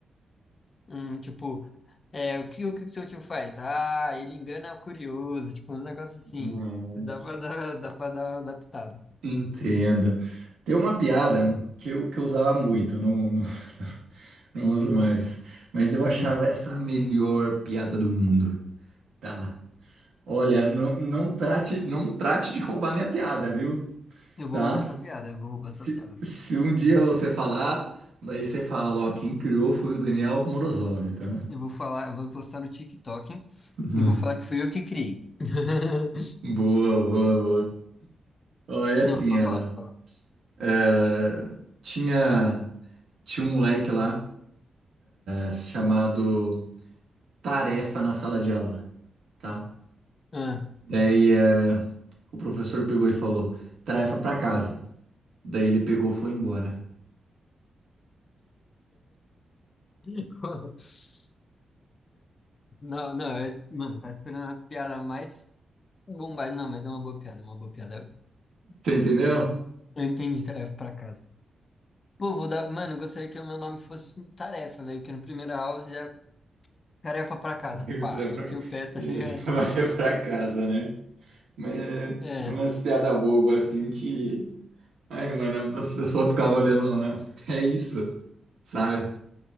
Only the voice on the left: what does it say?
Hum, tipo, é, o que, o que o seu tio faz? Ah, ele engana o curioso, tipo, um negócio assim.
Dá pra dar, dá pra dar uma adaptada.
Hum,
eu vou
roubar essa piada, eu vou roubar essa
piada.
Eu vou falar, eu vou postar no TikTok
e vou falar que fui eu que criei. <laughs>
Não,
pode
falar, pode falar.
Ah.
<laughs> Não, não, eu, mano, tá esperando uma piada mais bombada. Não, mas é uma boa piada, é uma boa piada.
Eu entendi, trago pra casa. Pô, vou dar. Mano, eu gostaria que o meu nome fosse tarefa, velho, porque no primeiro aula você já. Tarefa pra
casa.
Pá,
meti
o pé,
tá
ligado?
<laughs>
É.